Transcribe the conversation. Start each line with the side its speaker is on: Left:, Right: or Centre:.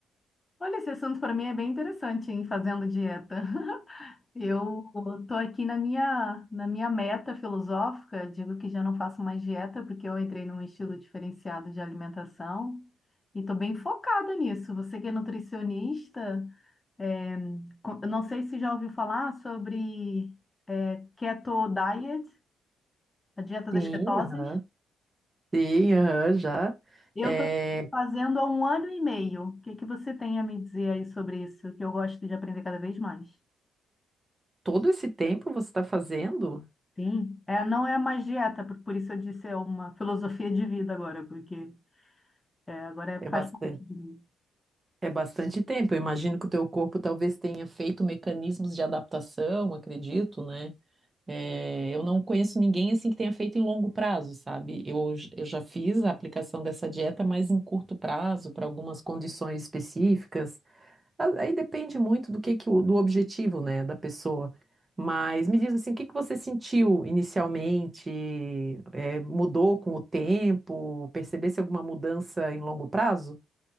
Left: Olha, esse assunto para mim é bem interessante, hein, fazendo dieta. <laughs> Eu tô aqui na minha, na minha meta filosófica, digo que já não faço mais dieta porque eu entrei num estilo diferenciado de alimentação e tô bem focada nisso. Você que é nutricionista, é, co- eu não sei se já ouviu falar sobre é, keto diet, a dieta das
Right: Sim,
Left: ketoses.
Right: aham. Sim, aham, já.
Left: Eu
Right: Eh,
Left: estou fazendo há um ano e meio. O que que você tem a me dizer aí sobre isso? Que eu gosto de aprender cada vez mais.
Right: todo esse tempo você está fazendo?
Left: Sim, é, não é mais dieta, por, por isso eu disse é uma filosofia de vida agora, porque é, agora é-
Right: É
Left: faz
Right: bastante.
Left: parte de mim.
Right: É bastante tempo. Eu imagino que o teu corpo talvez tenha feito mecanismos de adaptação, acredito, né? É, eu não conheço ninguém assim que tenha feito em longo prazo, sabe? Eu, j- eu já fiz a aplicação dessa dieta, mas em curto prazo, para algumas condições específicas. A- Aí depende muito do que, que o- do objetivo, né, da pessoa. Mas me diz assim, o que que você sentiu inicialmente? É, mudou com o tempo? Percebesse alguma mudança em longo prazo?